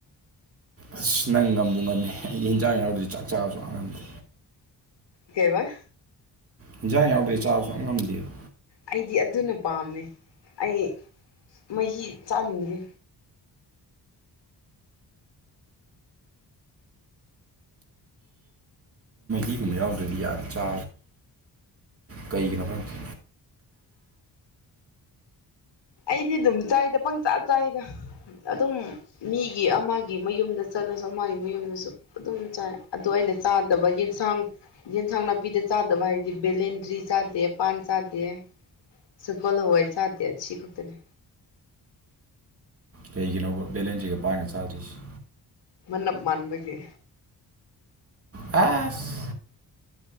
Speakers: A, on the right; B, on the left.
A: ꯑꯁ ꯅꯪ ꯉꯝꯕꯕꯨ ꯉꯝꯃꯦ ꯑꯩꯒꯤ ꯍꯤꯟꯖꯥꯡ ꯌꯥꯎꯔꯗꯤ ꯆꯥꯛ ꯆꯥꯕ ꯁꯨꯛ ꯉꯝ ꯉꯝꯗꯦ
B: ꯀꯩꯕꯥ
A: ꯍꯤꯟꯖꯥꯡ ꯌꯥꯎꯗ꯭ꯔꯦ ꯆꯥꯕ ꯁꯨꯛ ꯉꯝ ꯉꯝꯗꯦꯕ
B: ꯑꯩꯗꯤ ꯑꯗꯨꯅ ꯄꯥꯝꯃꯦ ꯑꯩ ꯃꯍꯤ ꯆꯥꯅꯤꯡꯗꯦ
A: ꯁꯤꯒꯨꯝꯕ ꯌꯥꯎꯗ꯭ꯔꯗꯤ ꯑ ꯆꯥ ꯀꯩꯒꯤꯅꯣ ꯈꯪꯗꯦ
B: ꯑꯩꯗꯤ ꯑꯗꯨꯝ ꯆꯥꯏꯗ ꯄꯪ ꯆ ꯆꯥꯏꯗ ꯑꯗꯨꯝ ꯃꯤꯒꯤ ꯑꯃꯒꯤ ꯃꯌꯨꯝꯗ ꯆꯠꯂꯁꯨ ꯑꯃꯒꯤ ꯃꯌꯨꯝꯗꯁꯨ ꯑꯗꯨꯝ ꯆꯥꯏ ꯑꯗꯨ ꯑꯩꯅ ꯆꯥꯗꯕꯒꯤ ꯌꯦꯟꯁꯥꯡ ꯌꯦꯟꯁꯥꯡ ꯅꯥꯄꯤꯗ ꯆꯥꯗꯕ ꯍꯥꯏꯗꯤ ꯕꯦꯂꯦꯟꯗ꯭ꯔꯤ ꯆꯥꯗꯦ ꯄꯥꯟ ꯆꯥꯗꯦ ꯁꯒꯣꯜ ꯍꯋꯥꯏ ꯆꯥꯗꯦ ꯑꯁꯤ ꯈꯛꯇꯅꯦ
A: ꯀꯩꯒꯤꯅꯣ ꯕꯦꯂꯦꯟꯁꯁꯤꯒ ꯄꯥꯏꯒ ꯆꯥꯗꯣꯏꯔꯤꯁꯤ
B: ꯃꯅꯞ ꯃꯥꯟꯕꯒꯤ
A: ꯑꯥꯁ